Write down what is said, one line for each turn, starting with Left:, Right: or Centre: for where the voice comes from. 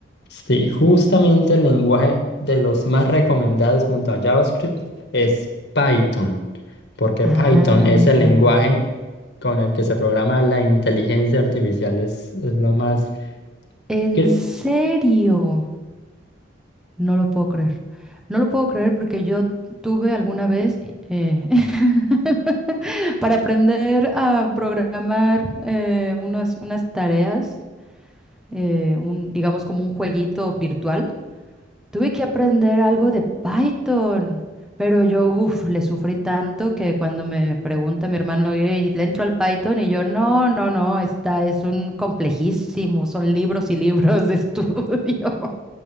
Left: Sí, justamente el lenguaje de los más recomendados junto a JavaScript es Python, porque
Centre: Ah,
Left: Python es el lenguaje con el que se programa la inteligencia artificial, es, es lo más...
Centre: ¿en
Left: cre-
Centre: serio? No lo puedo creer. No lo puedo creer porque yo tuve alguna vez eh, <laughs> para aprender a programar eh, unas, unas tareas, eh, un, digamos como un jueguito virtual. Tuve que aprender algo de Python, pero yo, uff, le sufrí tanto que cuando me pregunta mi hermano, "Ey, ¿le entro al Python? Y yo, no, no, no, está, es un complejísimo, son libros y libros de <laughs> estudio.